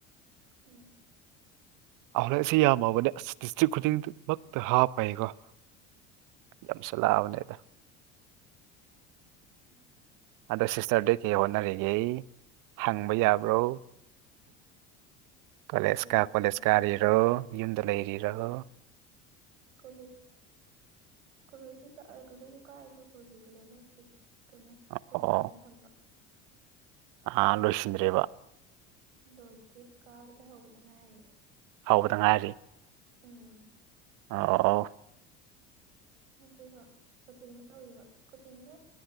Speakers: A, on the right; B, on the right.
A: ꯎꯝ
B: ꯑꯥꯎꯂ‌ꯦꯠꯁ‌ꯦ ꯌꯥꯝꯃꯕꯅꯦ ꯑꯁ ꯗꯤꯁꯇ꯭ꯔꯤꯛ ꯈꯨꯗꯤꯡꯃꯛꯇ ꯍꯥꯞꯄꯩꯀꯣ ꯌꯥꯝꯁꯜꯂꯛꯑꯕꯅ‌ꯦꯗ
A: ꯎꯝ ꯎꯝ
B: ꯑꯗꯣ ꯁꯤꯁꯇꯔꯗꯤ ꯀꯩ ꯍꯣꯠꯅꯔꯤꯒꯦ ꯍꯪꯕ ꯌꯥꯕ꯭ꯔꯣ ꯀꯣꯂꯦꯖ
A: ꯑ
B: ꯀꯥ ꯀꯣꯂꯦꯖ ꯀꯥꯔꯤꯔꯣ ꯌꯨꯝꯗ ꯂꯩꯔꯤꯔꯣ
A: ꯀꯣꯂꯦꯖ ꯀꯣꯂꯦꯖꯁꯤ ꯀꯥ ꯑ ꯀꯣꯂꯦꯖꯁꯨ ꯀꯥꯏ ꯑꯗꯨꯕꯨ ꯔꯤꯒꯨꯂꯔ ꯅꯠꯇꯦ ꯀꯩꯅꯣ
B: ꯑꯣ
A: ꯀꯣꯔꯦꯖꯄꯣꯟꯗꯦꯟ ꯊꯝꯕ
B: ꯑꯥ ꯂꯣꯏꯁꯤꯟꯗ꯭ꯔꯤꯕ
A: ꯂꯣꯏꯗꯔꯤ ꯀꯥꯕꯗ ꯍꯧꯕꯗ ꯉꯥꯏꯔꯤ
B: ꯍꯧꯕꯗ ꯉꯥꯏꯔꯤ
A: ꯎꯝ
B: ꯑꯥ ꯑꯥꯎ ꯑꯥꯎ
A: ꯑꯗꯨꯒ ꯀꯣꯆꯤꯡ ꯌꯥꯎꯔꯤꯕ ꯀꯣꯆꯤꯡꯖꯦ